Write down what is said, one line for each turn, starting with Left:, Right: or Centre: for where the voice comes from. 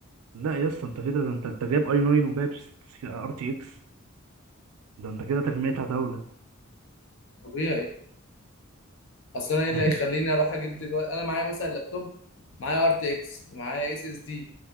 Right: لا يا اسطى انت كده ده انت انت جايب اي 9 وجايب ار تي اكس ده انت كده تجميعتها هتولى
Left: طبيعي اصل انا ايه
Right: <laughs>
Left: اللي
Right: ماشي
Left: هيخليني اروح اجيب دلوقتي انا معايا مثلا لابتوب معايا ار تي اكس ومعايا اس اس دي